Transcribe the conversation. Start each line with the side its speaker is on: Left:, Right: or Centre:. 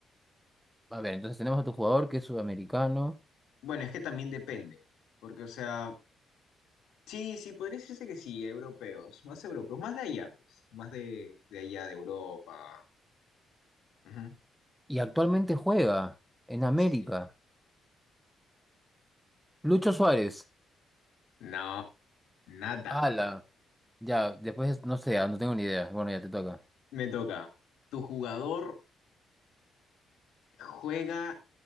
Centre: A ver, entonces tenemos a tu jugador que es sudamericano
Left: Bueno, es que también depende. Porque, o sea. Sí, sí, podría decirse que sí, europeos, más europeos, más de allá, pues, más de, de allá, de Europa. Ujú.
Centre: y actualmente juega en América.
Left: Sí.
Centre: Lucho Suárez.
Left: No, nada.
Centre: Ala. Ya, después no sé, ah, no tengo ni idea. Bueno, ya te toca.
Left: Me toca. ¿Tu jugador juega